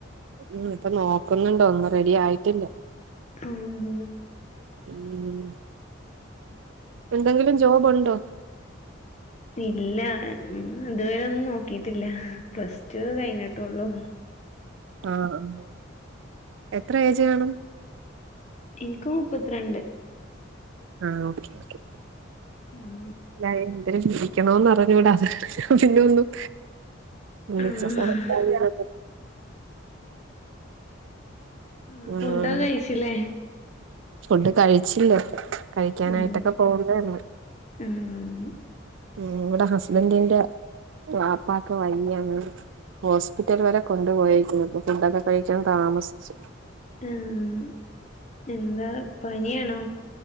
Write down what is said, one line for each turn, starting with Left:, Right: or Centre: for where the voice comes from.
Right: ഉം ഇപ്പൊ നോക്കുന്നുണ്ട് ഒന്നും റെഡി ആയിട്ടില്ല.
Left: ആഹ്
Right: ഉം എന്തെങ്കിലും ജോബ് ഉണ്ടോ?
Left: ഇല്ല ഉം ഇതുവരെ ഒന്നും നോക്കീട്ടില്ല പ്ലസ് ടു കഴിഞ്ഞിട്ടുള്ളൂ.
Right: ആഹ് ആഹ് എത്ര ഏജ് കാണും
Left: ഇൻക്ക് മുപ്പത്രണ്ട്.
Right: ആഹ് ഓക്കേ ഓക്കേ
Left: ഉം
Right: അല്ല എന്തര് വിക്കണോന്ന് അറിഞ്ഞൂടാ അതുകൊണ്ട് അതിന്റെ ഒന്നും <unintelligible>
Left: ആഹ് ആഹ്
Right: ഉം
Left: ഫുഡൊക്കെ കഴിച്ചില്ലേ?
Right: ഫുഡ് കഴിച്ചില്ല കഴിക്കാനായിട്ടൊക്കെ
Left: ഉം
Right: പോവുന്നേ ഒള്ളൂ
Left: ഉം
Right: ഉം ഇവടെ ഹസ്ബന്റിന്റെ വാപ്പാക്ക് വയ്യാ അങ്ങനെ ഹോസ്പിറ്റൽ വരെ കൊണ്ടുപോയേക്കുന്നു അപ്പൊ ഫുഡൊക്കെ കഴിക്കാൻ താമസിച്ചു.
Left: ഉം എന്താ പനിയാണോ?